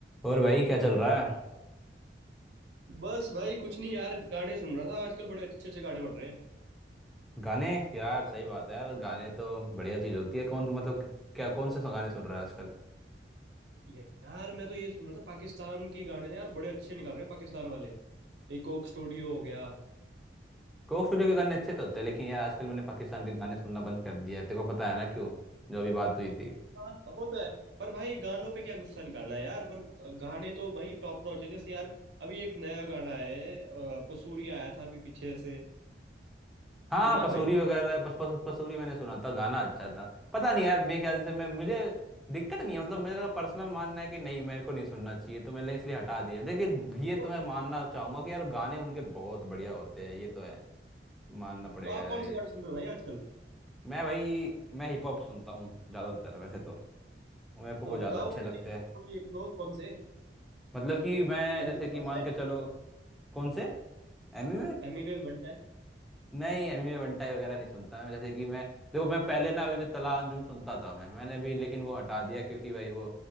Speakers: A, in the centre; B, on the right.
A: और भाई क्या चल रहा है
B: बस भाई कुछ नहीं यार गाने सुन रहा था आजकल बड़े अच्छे अच्छे गाने बन रहे हैं
A: गाने यार सही बात है यार गाने तो बढ़िया चीज होती है कौन मतलब कि- क्या कौन से गाने सुन रहा है आजकल
B: ये- यार मैं तो ये सुन रहा था पाकिस्तान के गाने ना यार बड़े अच्छे निकाल रहे हैं पाकिस्तान वाले ये कोक स्टूडियो हो गया
A: कोक स्टूडियो के गाने अच्छे तो होते हैं लेकिन यार आजकल मैंने पाकिस्तान के गाने सुनना बंद कर दिया है तेरे को पता है ना क्यों जो अभी बात हुई थी
B: हाँ वो तो है पर भाई गानों पे क्या गुस्सा निकालना है यार पर गाने तो भाई टॉप नॉच है जैसे यार अभी एक नया गाना है अ, पसूरी आया था अभी पीछे से
A: हाँ
B: सुना है
A: पसूरी
B: भाई
A: वगैरह पस, पस, पसूरी मैंने सुना था गाना अच्छा था पता नहीं यार मेरे ख्याल से मैं मुझे दिक्कत नहीं है मतलब मेरा पर्सनल मानना है कि नहीं मेरे को नहीं सुनना चाहिए तो मैंने इसलिए हटा दिया लेकिन ये तो
B: तो,
A: मैं मानना चाहूंगा कि यार गाने उनके बहुत बढ़िया होते हैं ये तो है मानना पड़ेगा
B: तो आप
A: यार
B: कौन
A: ये
B: से गाने सुन रहे हो भाई आजकल
A: मैं भाई मैं हिप हॉप सुनता हूँ ज़्यादातर वैसे तो मेरे को
B: तो
A: वो ज़्यादा
B: बताओ
A: अच्छे
B: फिर
A: लगते
B: एक,
A: हैं
B: एक, एक दो कौन से
A: मतलब कि मैं
B: एमी
A: जैसे
B: वेव
A: कि
B: बनता
A: मान
B: है
A: के चलो कौन से एमी
B: एमी वेव बनता है
A: नहीं एमएमए बंटाई वगैरह नहीं सुनता मैं जैसे कि मैं देखो मैं पहले ना अभी भी तला अंजुम सुनता था मैं मैंने भी लेकिन वो हटा दिया क्योंकि भाई वो